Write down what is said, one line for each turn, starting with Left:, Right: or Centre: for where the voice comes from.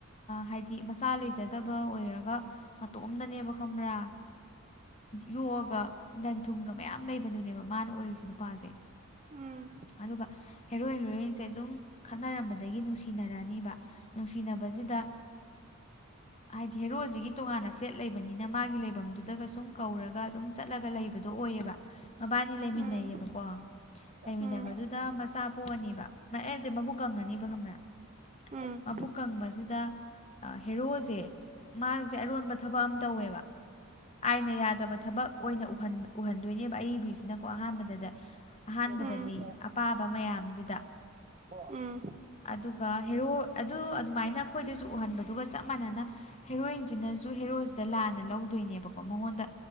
Left: ꯍꯥꯏꯗꯤ ꯃꯆꯥ ꯂꯩꯖꯗꯕ ꯑꯣꯏꯔꯒ ꯃꯇꯣꯝꯗꯅꯦꯕ ꯈꯪꯕ꯭ꯔꯥ ꯌꯣꯛꯑꯒ ꯂꯟ ꯊꯨꯝꯒ ꯃꯌꯥꯝ ꯂꯩꯕꯗꯨꯅꯦꯕ ꯃꯥꯅ ꯑꯣꯏꯔꯤꯁꯦ ꯅꯨꯄꯥꯁꯦ
Right: ꯎꯝ
Left: ꯑꯗꯨꯒ ꯍꯦꯔꯣꯏ ꯍꯦꯔꯣꯏꯟꯁꯦ ꯑꯗꯨꯝ ꯈꯠꯅꯔꯝꯕꯗꯒꯤ ꯅꯨꯡꯁꯤꯅꯔꯛꯑꯅꯤꯕ ꯅꯨꯡꯁꯤꯅꯕꯕꯁꯤꯗ ꯍꯥꯏꯗꯤ ꯍꯦꯔꯣꯖꯤꯒꯤ ꯇꯣꯉꯥꯟꯅ ꯐ꯭ꯂꯦꯠ ꯂꯩꯕꯅꯤꯅ ꯃꯥꯒꯤ ꯂꯩꯐꯝꯗꯨꯗꯒ ꯁꯨꯝ ꯀꯧꯔꯒ ꯑꯗꯨꯝ ꯆꯠꯂꯒ ꯂꯩꯕꯗꯣ ꯑꯣꯏꯌꯦꯕ ꯃꯕꯥꯅꯤ ꯂꯩꯃꯤꯟꯅꯩꯌꯦꯕꯀꯣ
Right: ꯎꯝ
Left: ꯂꯩꯃꯤꯟꯅꯕꯗꯨꯗ
Right: ꯎꯝ
Left: ꯃꯆꯥ ꯄꯣꯛꯑꯅꯦꯕ ꯑꯦ ꯃꯕꯨꯛ ꯀꯪꯉꯅꯤꯕ ꯈꯪꯕ꯭ꯔꯥ
Right: ꯎꯝ
Left: ꯃꯕꯨꯛ ꯀꯪꯕꯁꯤꯗ ꯍꯦꯔꯣꯁꯦ ꯃꯥꯁꯦ ꯑꯔꯣꯟꯕ ꯊꯕꯛ ꯑꯃ ꯌꯥꯝ ꯇꯧꯋꯦꯕ ꯑꯥꯏꯅ ꯌꯥꯗꯕ ꯊꯕꯛ ꯑꯣꯏꯅ ꯎꯍꯟꯗꯣꯏꯅꯦꯕ ꯑꯏꯕꯤꯁꯤꯅꯀꯣ ꯑꯍꯥꯟꯕꯗ ꯑꯍꯥꯟꯕꯗꯗꯤ
Right: ꯎꯝ ꯎꯝ
Left: ꯑꯄꯥꯕ ꯃꯌꯥꯝꯁꯤꯗ
Right: ꯎꯝ
Left: ꯑꯗꯨꯒ ꯍꯦꯔꯣ ꯑꯗꯨ ꯑꯗꯨꯃꯥꯏꯅ ꯑꯩꯈꯣꯏ ꯎꯍꯟꯕꯗꯨꯒ ꯆꯞ ꯃꯥꯟꯅꯅ ꯍꯦꯔꯣꯏꯟꯁꯤꯅꯁꯨ ꯍꯦꯔꯣꯁꯤꯗ ꯂꯥꯟꯅ ꯂꯧꯗꯣꯏꯅꯦꯕꯀꯣ ꯃꯉꯣꯟꯗ